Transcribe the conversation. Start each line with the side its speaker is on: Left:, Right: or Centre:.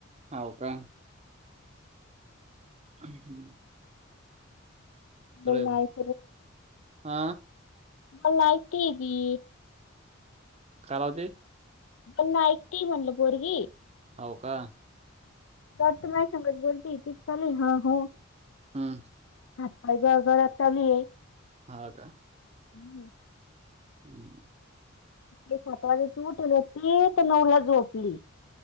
Right: हो का? हम् हम्.
Left: मलाक
Right: मग हा
Left: मलायती-
Right: करा ते
Left: पण नाऐक त म्हणल बोरगी.
Right: होव का?
Left: तरत माय सांगत बोलते ते चाले हा हो.
Right: हम.
Left: आप जळ घरात चालू आहे..
Right: ह का?
Left: हम्.
Right: हम्.
Left: सात वाजेची उटली न त तर नवला झोपली.